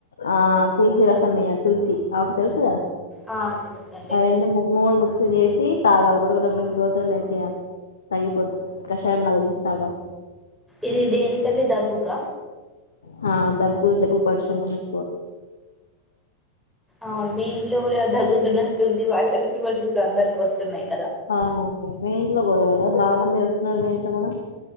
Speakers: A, on the left; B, in the centre.
A: ఆ తులసి రసమేయ్యాలి తుల్సి ఆకు తెలుసు గాద
B: ఆ తెలుసండి
A: ఆ రెండు మూడు మిక్స్ చేసి తాగాలి గుడగుడ మింగి గోత్రం వేసెయలే తగిపోతయ్ కషాయం లాగా దేసి తాగాలి
B: ఇది దేనికండి దగ్గుక
A: హా దగ్గు జబ్బు పరిషం ఉన్నయ్
B: అవును మీ ఇంట్లో కూడ. తగ్గుతున్నట్టుంది వైరల్ ఫీవర్స్ ఇప్పుడు అందరికి వస్తున్నాయ్.
A: అవునండి మీ ఇంట్లో కూడన <unintelligible> చేస్తూన్నారు మీ ఇంట్లో కూడా.